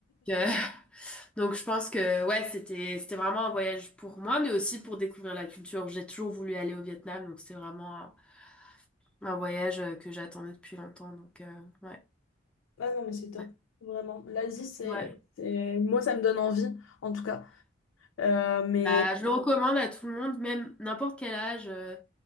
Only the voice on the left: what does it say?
Ah non, mais c'est top,
vraiment. L'Asie, c'est...
c'est- Moi, ça me donne envie, en tout cas. Euh, mais